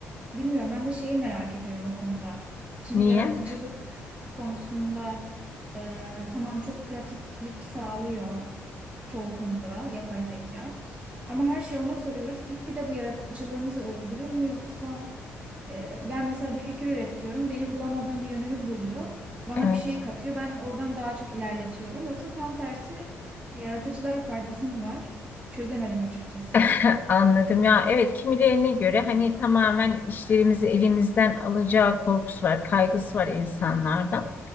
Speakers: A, on the right; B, on the left.
A: bilmiyorum. Ben de şeyi merak ediyorum o konuda. Şimdi
B: Niye?
A: yaratıcılık konusunda ee, tamam çok pratiklik sağlıyor çoğu konuda yapay zeka. Ama her şeyi ona soruyoruz. Gitgide bu yaratıcılığımızı öldürür mü yoksa e, ben mesela bir fikir üretiyorum. Benim bulamadığım bir yönünü buluyor. Bana
B: Evet.
A: bir şey katıyor. Ben oradan daha çok ilerletiyorum. Yoksa tam tersi yaratıcılara faydası mı var? Çözemedim açıkçası.
B: <laughs> Anladım ya. Evet kimilerine göre hani tamamen işlerimizi elimizden alacağı korkusu var, kaygısı var insanlarda.